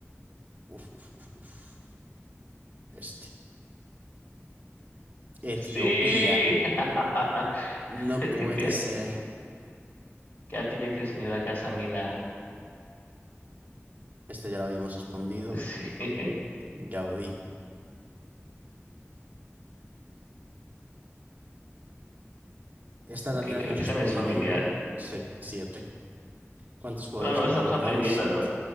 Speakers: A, on the right (about 35°); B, on the left (about 45°).
A: Uf, uf, uf, uf. Este. Etiopía.
B: Sí. <laughs>
A: No puede
B: Etiopía.
A: ser.
B: ¿Qué arquitecto diseñó la casa Mila?
A: Este ya lo habíamos respondido.
B: Sí. <laughs>
A: Gaudí. Esta
B: Ok,
A: también la
B: creo,
A: habíamos
B: esa
A: respondido.
B: me es familiar.
A: Sí, sí, ¿Cuántos jugadores
B: Bueno, al menos
A: juegan
B: estamos
A: balonmano?
B: aprendiendo,
A: Siete.
B: ¿no?